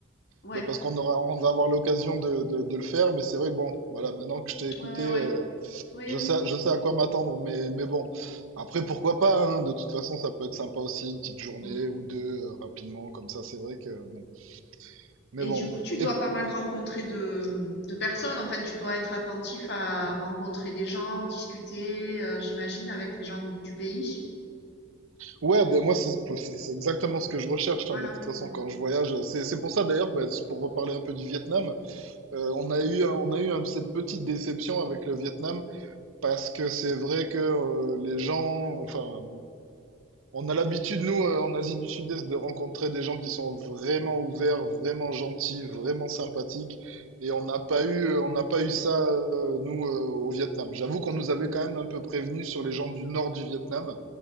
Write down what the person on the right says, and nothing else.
bah, parce qu'on aura, on va avoir l'occasion de, de, de le faire, mais c'est vrai que bon, voilà, maintenant que je t'ai écouté,
euh,
Je
sais, je sais à quoi m'attendre, mais, mais bon. Après, pourquoi pas, hein, de toute façon, ça peut être sympa aussi, une petite journée
ou deux, euh, rapidement, comme ça, c'est vrai que bon. Mais
bon.
Et,
ouais, ben moi, c'est c'est- c'est exactement ce que je recherche,
hein, de toute façon,
quand je voyage. C'est c'est pour ça, d'ailleurs, ben, c'est pour reparler un peu du Vietnam, euh, on a eu, un- on a eu un- cette petite déception avec le Vietnam, parce que c'est vrai que euh, les gens, enfin, On a l'habitude, nous, euh, en Asie du Sud-Est, de rencontrer des gens qui sont vraiment ouverts, vraiment gentils, vraiment sympathiques. Et on n'a pas eu, euh, on n'a pas eu ça, euh, nous, euh, au Vietnam. J'avoue qu'on nous avait quand même un peu prévenus sur les gens du nord du Vietnam.